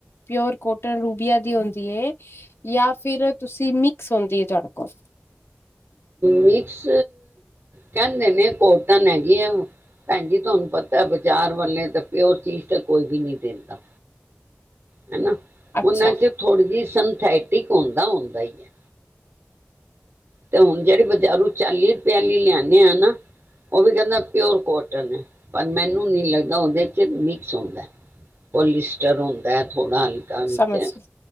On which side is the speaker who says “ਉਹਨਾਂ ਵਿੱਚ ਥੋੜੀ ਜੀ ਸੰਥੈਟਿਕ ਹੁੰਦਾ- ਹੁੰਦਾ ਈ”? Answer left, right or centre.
Right